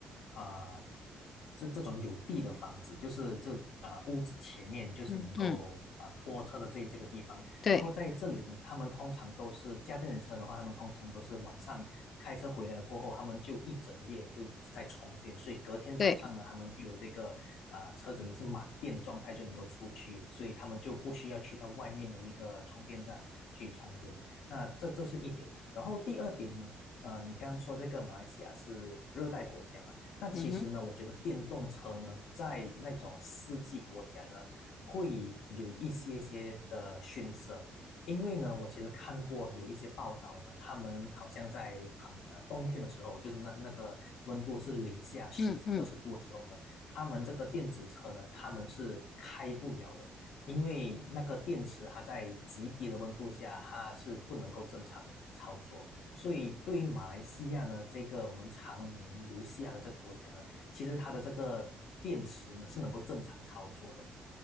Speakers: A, on the left (about 75°); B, on the left (about 50°).
A: 啊、这这种有地的房子，就是这啊屋子前面就是能够啊泊车的这这个地方。
B: 嗯嗯，对
A: 然后在这里呢，他们通常都是家电车的话，他们通常都是晚上开车回来过后，他们就一整夜就在充电，所以隔天早上呢，
B: 对，
A: 他们就有这个啊车子呢是满电的状态就能够出去，所以他们就不需要去到外面的那个充电站去充电。那这这是一点。然后第二点呢，呃，你刚刚说这个马来西亚是热带国家嘛？那其实呢，
B: 嗯哼，
A: 我觉得电动车呢，在那种四季国家呢，会有一些些的逊色。因为呢，我其实看过有一些报道呢，他们好像在很呃冬天的时候，就是那那个温度是零下十几二十度的时候呢，
B: 嗯嗯，
A: 他们这个电子车呢，他们是开不了的，因为那个电池它在极低的温度下，它是不能够正常操作。所以对于马来西亚呢，这个我们常年如下的这个国家呢，其实它的这个电池呢是能够正常操作的。